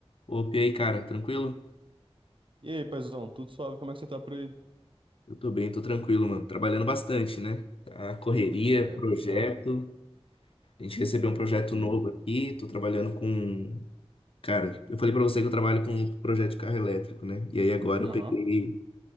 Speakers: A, on the left; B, on the right.
A: Opa, e aí, cara, tranquilo?
B: E aí, paizão, tudo suave? Como é que você tá por aí?
A: Eu tô bem, tô tranquilo, mano. Trabalhando bastante, né? A correria,
B: É,
A: projeto.
B: puxado.
A: A gente recebeu um projeto
B: Sim.
A: novo aqui, tô trabalhando com. Cara, eu falei pra você que eu trabalho com um projeto de carro elétrico, né? E aí agora
B: Aham.
A: eu peguei.